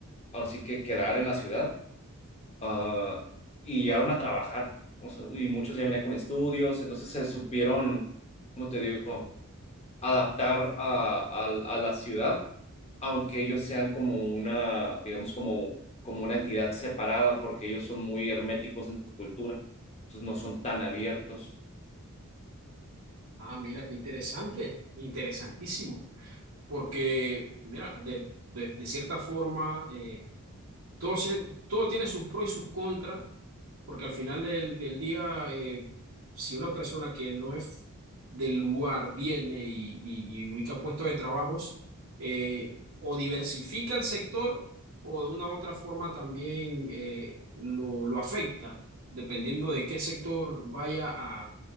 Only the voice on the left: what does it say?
ahora sí que quedar en la ciudad, ah, y llegaron a trabajar. O sea, y muchos ya venían con estudios, entonces se supieron, ¿cómo te digo? adaptar a, a- a la ciudad, aunque ellos sean como una, digamos, como, como una entidad separada, porque ellos son muy herméticos en su cultura, entonces no son tan abiertos.